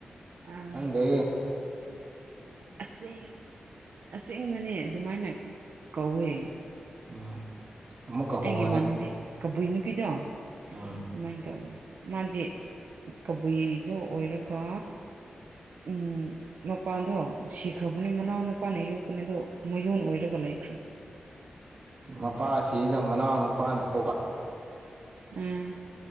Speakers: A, on the right; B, on the right.
A: ꯑꯥ
B: ꯈꯪꯗꯦ
A: ꯑꯁꯦꯡ ꯑꯁꯦꯡꯕꯅꯦ ꯑꯗꯨꯃꯥꯏꯅ ꯀꯧꯋꯦ
B: ꯎꯝ ꯑꯃꯨꯛꯀ ꯍꯣꯡꯉꯒꯦ
A: ꯑꯩꯒꯤ ꯏꯃꯥꯟꯅꯕꯤ ꯀꯕꯨꯏ ꯅꯨꯄꯤꯗꯣ
B: ꯎꯝ
A: ꯑꯗꯨꯃꯥꯏꯅ ꯇꯧꯕꯅꯤ ꯃꯥꯗꯤ ꯀꯕꯨꯏꯗꯣ ꯑꯣꯏꯔꯒ ꯎꯝ ꯃꯄꯥꯟꯗꯣ ꯁꯤꯈ꯭ꯔꯕꯅꯤ ꯃꯅꯥꯎ ꯅꯨꯄꯥꯅ ꯌꯣꯛꯄꯅꯦ ꯑꯗꯣ ꯃꯌꯣꯟ ꯑꯣꯏꯔꯒ ꯂꯩꯈ꯭ꯔꯦ
B: ꯃꯄꯥ ꯁꯤꯒ ꯃꯅꯥꯎꯅꯨꯄꯥꯅ ꯌꯣꯛꯄ
A: ꯎꯝ